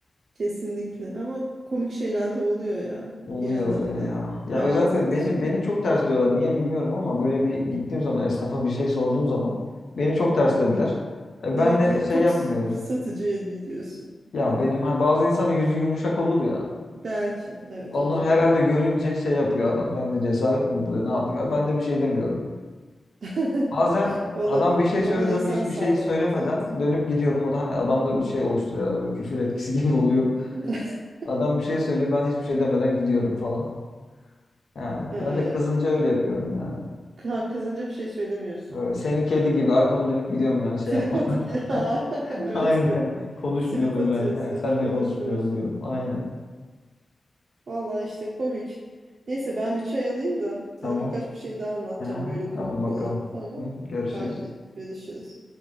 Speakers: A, on the right; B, on the left.
A: kesinlikle ama komik şeyler de oluyor ya
B: Oluyor
A: bir yandan
B: oluyor
A: da
B: ya. Ya
A: hayatın
B: özellikle
A: içinde.
B: beni beni çok ters diyorlar. Niye bilmiyorum ama böyle bir gittiğim zaman esnafa bir şey sorduğum zaman beni çok ters dediler. E,
A: Demek
B: ben de
A: ki hep
B: şey
A: tok
B: yapmıyorum.
A: s- satıcıya gidiyorsun.
B: Ya benim hani bazı insanın yüzü yumuşak olur ya.
A: Belki evet
B: Onu
A: o da
B: herhalde
A: olabilir.
B: görünce şey yapıyor adam. Kendine cesaret mi buluyor, ne yapıyor? Ben de bir şey demiyorum.
A: <laughs>
B: Bazen
A: Olabilir.
B: adam bir şey söylediği
A: Onlar insan
B: zaman hiçbir
A: sarrafı
B: şey söylemeden
A: zaten.
B: dönüp gidiyorum. O da hani adamda bir şey oluşturuyor herhalde böyle küfür etkisi <laughs> gibi oluyor.
A: <laughs>
B: Adam bir şey söylüyor ben hiçbir şey demeden gidiyorum falan. Yani
A: Ee,
B: ben de kızınca öyle yapıyorum yani.
A: Kı- Kızınca bir şey söylemiyorsun.
B: Ee, Senin kedi gibi arkamı dönüp gidiyorum yani şey
A: Trip
B: yapma.
A: atıp <laughs> ya
B: <laughs>
A: evet.
B: Aynen. Konuşmuyorum
A: Trip atıyorsun,
B: yani. He, senle
A: konuşmuyorsun.
B: konuşmuyorum diyorum. Aynen.
A: Vallahi işte komik. Neyse ben bir çay alayım da sana
B: Tamam.
A: birkaç bir şey daha anlatacağım
B: Aha,
A: böyle
B: tamam
A: komik
B: bakalım.
A: olan. Tamam.
B: Hı, görüşürüz.
A: Hadi görüşürüz.